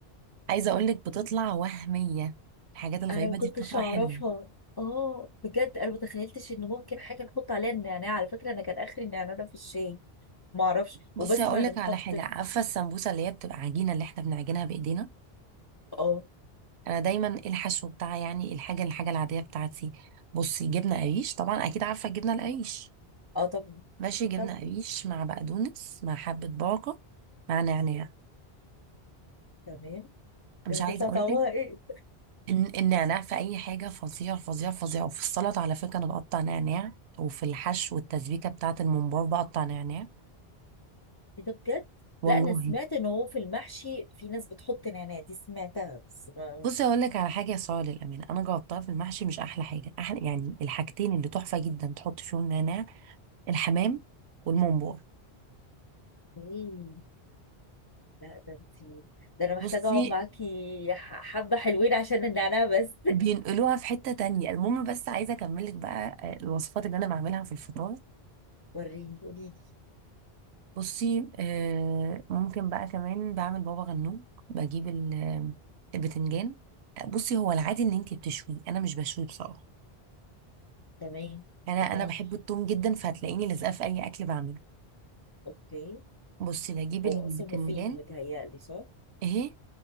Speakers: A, on the right; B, on the left.
A: عايزة أقولك بتطلع وهمية الحاجات الغريبة
B: انا ما كنتش
A: دي بتطلع
B: اعرفها
A: حلوة
B: اه بجد انا ما تخيلتش ان ممكن حاجه نحط عليها النعناع على فكره انا كان اخري النعناع ده في الشاي ما اعرفش
A: بصي
B: وبسمع
A: هقولك
B: انه بيتحط
A: على حاجة
B: في
A: عارفة السمبوسة اللي هي بتبقى عجينة اللي احنا بنعجنها بإيدينا
B: اه
A: أنا دايما الحشو بتاعي يعني الحاجة الحاجة العادية بتاعتي بصي جبنة قريش طبعا أكيد عارفة الجبنة القريش
B: اه طب
A: ماشي جبنة
B: طب
A: قريش مع بقدونس مع حبة باقة مع نعناع
B: تمام
A: مش
B: دي هتطلع
A: عايزة
B: طعمها
A: أقولك
B: ايه
A: إن النعناع في أي حاجة فظيع فظيع فظيع وفي السلطة على فكرة أنا بقطع نعناع وفي الحشو والتسبيكة بتاعة الممبار بقطع نعناع
B: إيه ده بجد
A: والله
B: لا انا سمعت ان هو في المحشي في ناس بتحط نعناع دي سمعتها بس ما
A: بصي أقول لك على حاجة يا سارة للأمانة أنا جربتها في المحشي مش أحلى حاجة أحلى يعني الحاجتين اللي تحفة جدا تحط فيهم نعناع الحمام والممبار
B: ايه لا ده انتي ده انا محتاجه
A: بصي
B: اقعد معاكي
A: <laughs>
B: ح- حبه حلوين عشان النعناع بس
A: بينقلوها في حتة تانية المهم بس عايزة أكملك بقى آه، الوصفات اللي أنا بعملها في الفطار
B: <laughs> وريني قولي لي
A: بصي آه، ممكن بقى كمان بعمل بابا غنوج بجيب ال- آه، البتنجان بصي هو العادي ان انتي بتشويه انا مش بشويه بصراحه
B: تمام
A: انا
B: امال
A: انا بحب التوم جدا فهتلاقيني لازقه في اي اكل بعمله
B: اوكي
A: بصي بجيب البتنجان
B: هو اصلا مفيد متهيألي صح
A: اهي